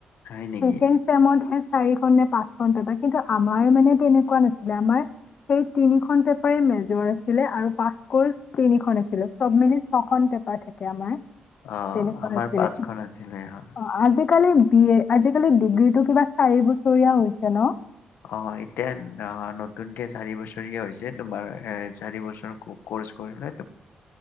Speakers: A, on the left; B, on the left.
A: হয় নেকি?
B: কোন চমত হে চাৰিখন নে পাঁচখন পেপা, কিন্তু আমাৰ মানে তেনেকুৱা নাছিলে আমাৰ সেই তিনিখন পেপাৰে মেজৰ আছিলে আৰু পাচ ৰ্কচ তিনিখন আছিলে চব মিলি চ পেপাৰ থাকে আমাৰ
A: অ
B: তেনেকুৱা
A: আমাৰ
B: আছিলে।
A: পাচখন আছিলে হয়।
B: অ' আজিকালি বি এ, আজিকালি ডিগ্ৰী টো কিবা চাৰি বছৰীয়া হৈছে ন?
A: অ এতিয়া নতুনকে চাৰি বছৰীয়া হৈছে তোমাৰ চাৰি বছৰ ৰ্কচ কৰিলে,